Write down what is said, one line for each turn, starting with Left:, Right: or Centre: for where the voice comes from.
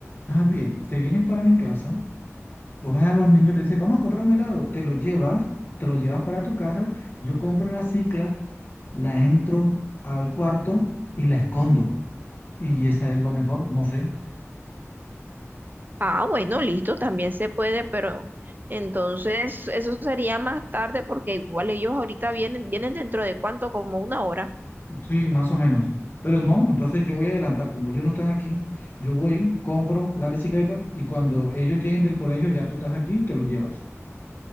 Left: Más bien, te vienes para mi casa, coges a los niños, le dices, vamos a comprar un helado, te lo llevas, te lo llevas para tu casa, yo compro la cicla, la entro al cuarto y la escondo. Y esa es lo mejor, no sé.
Right: Ah, bueno, listo, también se puede, pero entonces eso sería más tarde porque igual ellos ahorita vienen, vienen dentro de cuánto, como una hora.
Left: Sí, más o menos. Pero no, entonces yo voy a adelantar, como ellos no están aquí, yo voy, compro la bicicleta y cuando ellos lleguen del colegio ya tú estás aquí y te lo llevas.